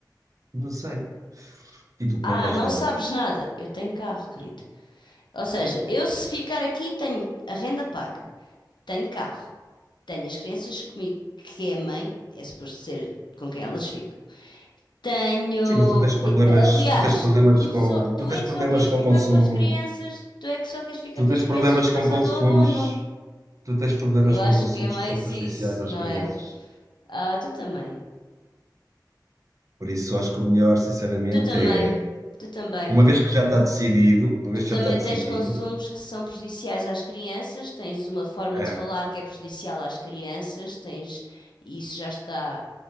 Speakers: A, on the right (about 45°); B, on the left (about 80°).
A: não sei. E tu como
B: Ah,
A: é que vais
B: não
A: levar?
B: sabes nada. Eu tenho carro, querido. Ou seja, eu se ficar aqui tenho a renda paga, tenho carro, tenho as crianças comigo, que é a mãe, é suposto ser com quem elas ficam. Tenho.
A: Sim, mas tu tens
B: eh,
A: problemas,
B: Aliás,
A: tu tens problemas
B: tu, só,
A: com,
B: tu
A: tu tens
B: é que
A: problemas
B: só queres
A: com
B: ficar
A: o consumo,
B: com as crianças, tu é que só queres ficar
A: tu
B: com
A: tens
B: as crianças
A: problemas
B: por
A: com
B: causa
A: consumos,
B: do abono.
A: tu tens problemas
B: Eu acho
A: com consumos
B: que é mais
A: que são prejudiciais
B: isso,
A: às
B: não
A: crianças.
B: é? Ah, tu também.
A: Por isso, acho que o melhor, sinceramente,
B: Tu também.
A: é,
B: Tu também,
A: uma
B: querido.
A: vez que já está decidido, uma vez
B: Tu também
A: que já está decidido,
B: tens consumos que são prejudiciais às crianças, tens uma forma
A: é,
B: de falar que é prejudicial às crianças, tens, e isso já está,